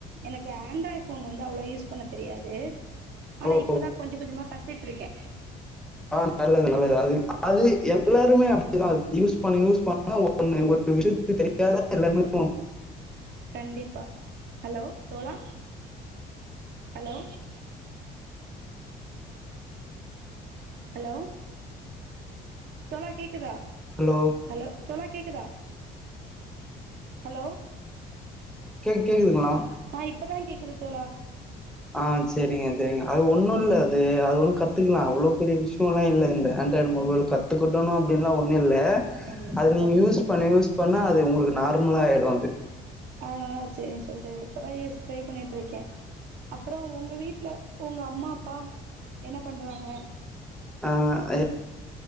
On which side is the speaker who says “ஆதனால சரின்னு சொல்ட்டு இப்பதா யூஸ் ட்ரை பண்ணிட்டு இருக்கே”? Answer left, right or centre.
Right